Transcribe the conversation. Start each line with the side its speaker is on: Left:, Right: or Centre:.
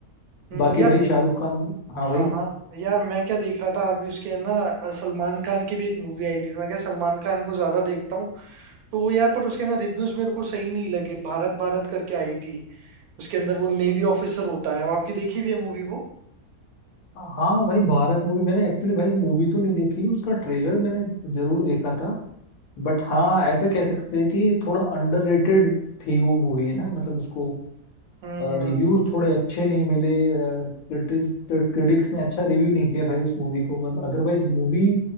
Right: हम्म,
Left: बाकी
Right: यार
Left: भाई शाहरुख खान हाँ भाई
Right: हाँ हाँ यार मैं क्या देख रहा था अभी उसके ना अ, सलमान खान की भी एक मूवी आई थी तो मैं क्या सलमान खान को ज्यादा देखता हूँ तो वो यार पर उसके ना रिव्यूज मेरे को सही नहीं लगे भारत भारत करके आई थी उसके अंदर वो नेवी ऑफिसर होता है वो आपकी देखी हुई है मूवी वो
Left: हाँ भाई भारत मूवी मैंने एक्चुअली भाई मूवी तो नहीं देखी उसका ट्रेलर मैंने जरूर देखा था बट हाँ ऐसे कह सकते हैं कि थोड़ा अंडररेटेड थी वो मूवी है ना मतलब उसको
Right: हम्म
Left: रिव्यूज थोड़े अच्छे नहीं मिले क्रिटिक्स क्रिटिक्स ने अच्छा रिव्यू नहीं किया भाई उस मूवी को One otherwise movie